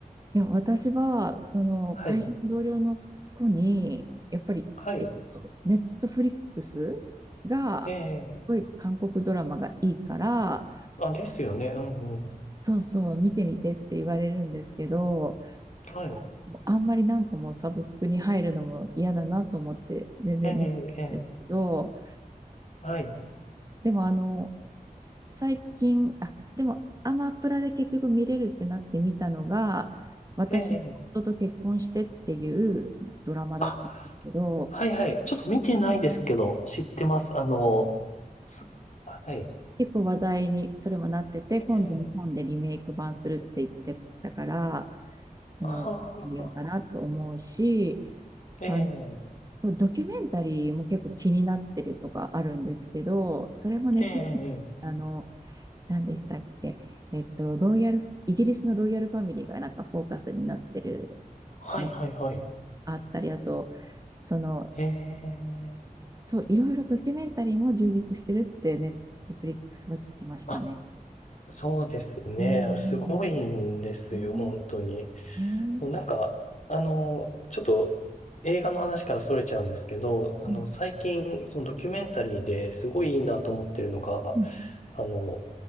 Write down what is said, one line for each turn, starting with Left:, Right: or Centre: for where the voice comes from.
Right: いや、私は、その、
Left: はい。
Right: 会社の同僚の子に、やっぱり、
Left: はい。
Right: えっと、ネットフリックスが、
Left: ええ
Right: すごい韓国ドラマがいいから、
Left: あ、ですよね。うんうん。
Right: そうそう、見てみてって言われるんですけど、
Left: はい。
Right: ああんまり何個もサブスクに入るのも嫌だなと思って、全然見てたんですけど、
Left: ええええはい。
Right: でもあの、す最近、あ、でもアマプラで結局見れるってなって見たのが、私の夫と結婚してっていうドラマだったんですけど、
Left: ええあはいはい。ちょっと見てないですけど、知ってます。あの、す、はい。
Right: 結構話題にそれもなってて、今度日本でリメイク版するって言ってたから、
Left: ええ
Right: あの、
Left: あ
Right: 見てみようかなと思うし、
Left: あ、ええ
Right: あの、ドキュメンタリーも結構気になってるとかあるんですけど、それもネットフリ、
Left: ええええ
Right: あの、何でしたっけえっと、ロイヤル、イギリスのロイヤルファミリーがなんかフォーカスになってる
Left: はいはいはい。
Right: のあったり、あと、その、
Left: ええ
Right: そう、いろいろドキュメンタリーも充実してるってネットフリックスは聞きましたね。
Left: あ、そうですね。
Right: うん。
Left: すごいんですよ、
Right: ね、
Left: 本当に。
Right: えー、
Left: なんか、あの、ちょっと映画の話から逸れちゃうんですけど、あの、
Right: うん
Left: 最近、そのドキュメンタリーですごいいいなと思ってるのが、
Right: うん。
Left: あの、